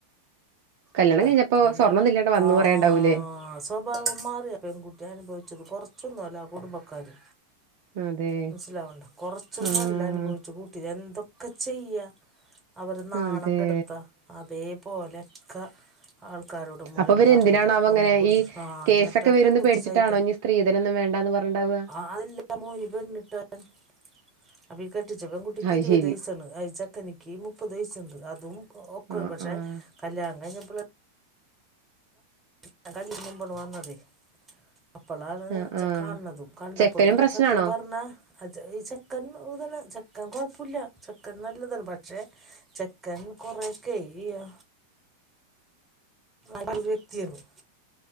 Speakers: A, on the right (about 50°); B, on the right (about 15°).
A: കല്യാണം
B: കേട്ടോ
A: കഴിഞ്ഞപ്പോ
B: ആന്ന്
A: സ്വർണ്ണൊന്നും ഇല്ലാണ്ട് വന്നു
B: ആഹ്
A: പറയണ്ടാവൂലേ
B: സ് സ്വഭാവം മാറിയേ പെൺകുട്ടി അനുഭവിച്ചത് കുറച്ചൊന്നുമല്ല ആ കുടുംബക്കാര്
A: അതെ
B: മനസ്സിലാവണ്‌ണ്ട കൊറച്ചൊന്നുമല്ല
A: ആഹ്
B: അനുഭവിച്ചു കൂട്ടിയത് എന്തൊക് ക്കെ ചെയ്യ അവരെ നാണം
A: അതെ
B: കെടുത്ത അതേപോലെക്കെ ആൾക്കാരോട് മുഴുവൻ
A: അപ്പൊ ഇവര്
B: പറയാ
A: എന്തിനാണാവോ ഇങ്ങനെ
B: ഒന്നും കൊടുത്ത്
A: ഈ
B: ആഹ്
A: കേസൊക്കെ
B: എന്നിട്ട് ആ
A: വരുംന്ന്
B: പെൺകുട്ടി
A: പേടിച്ചിട്ടാണോ
B: സഹിക്കാ
A: ഇനി സ്ത്രീധനൊന്നും വേണ്ടാന്ന് പറഞ്ഞുണ്ടാവാ
B: അ <unintelligible> ഇവൻ <unintelligible> അപ്പ ഈ കെട്ടിച്ച പെൺകുട്ടിക്ക്
A: അത്
B: ഇരുപത്
A: ശരി
B: വയസാണ് അയച്ച തനിക്ക് മുപ്പത് വയസ്സുണ്ട് അതും ഒക്കൂല
A: ആഹ്
B: പക്ഷെ
A: ആഹ്
B: കല്യാണം കഴിഞ്ഞപ്പോളെ ഞാൻ കല്ല്ക്ക് മുമ്പണ് വന്നത് അപ്പോളാണ്
A: ആഹ്
B: ചെ
A: ആഹ്
B: കാണണതും കണ്ടപ്പോളും
A: ചെക്കനും പ്രശ്നാണോ
B: സത്യം പറഞ്ഞാ അത് ഈ ചെക്കൻ ഇതാണ് ചെക്കൻ കൊഴപ്പൂല്ല ചെക്കൻ നല്ലതാണ് പക്ഷെ ചെക് കെൻ കൊറേക്കെ ഈയാ അത് വ്യക്തിയന്ന്